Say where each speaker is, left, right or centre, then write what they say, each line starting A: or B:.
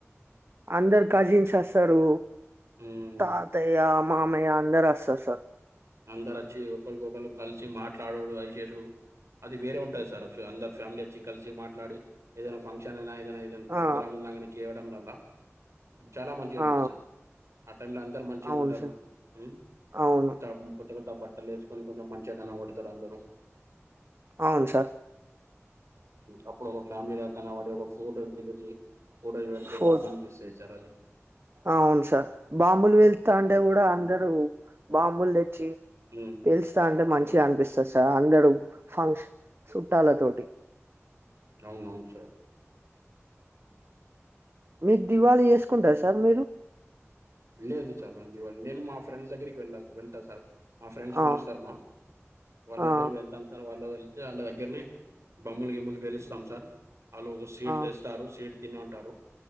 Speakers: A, on the right (about 55°); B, on the right (about 70°).
A: అందరు కజిన్స్ వస్తారు.
B: ఉమ్.
A: తాతయ్య మామయ్య అందరు వస్తరు సార్
B: అందరు వచ్చి ఒకరిఒకళ్ళు కలిసి వచ్చి మాట్లాడుతడు అది చేసుడు అది వేరే ఉంటుది. సార్ అందరు ఫ్యామిలీ వచ్చి కలిసి మాట్లాడి ఏదైనా ఫంక్షన్ అయినా ఏదైనా
A: ఆ
B: ప్రోగ్రామ్ ఉన్నా కానీ చేయడం వల్ల చాలా మంచిగా అనిపిస్తది.
A: ఆ
B: ఆ టైమ్ లో అందరు మంచిగా
A: అవును
B: ఉంటారు
A: సార్
B: హ్
A: అవును
B: కొత్త కొత్త కొత్త బట్టలు వేసుకొని కొంచెం మంచిగా కనపడతారు అందరు
A: అవును సార్
B: అప్పుడు ఒక ఫ్యామిలీల కనపడి ఒక ఫోటోస్ దిగీతే కూటలు పెడితే
A: ఫోర్
B: బాగా అనిపిస్తాది చ్చారు అది
A: అవును సార్ బాంబులు పెలుతంటే కూడా
B: ఉమ్
A: అందరు బాంబులు తెచ్చి
B: హ్
A: పేలుస్తా అంటే మంచిగా అనిపిస్తది సార్ అందరూ ఫంక్షన్ చుట్టాల తోటి
B: అవునువును సార్
A: మీకు దివాళీ చేసుకుంటార సార్ మీరు
B: లేదు సార్ మేము దీవాలి నేను మా ఫ్రెండ్స్ దగ్గరికి వెళ్ళ వెళ్తా సార్ మా ఫ్రెండ్స్
A: ఆ
B: పీలుస్తారు మా వాళ్ళ
A: ఆ
B: దగ్గర వెళ్తాను. సార్ వాళ్ళు వెళ్తే వాళ్ళ దగ్గరనే బమ్ములు గిమ్ములు పేలుస్తాం సార్ వాళ్ళు ఒక స్వీట్
A: ఆ
B: తెస్తారు. స్వీట్ తినేఉంటారు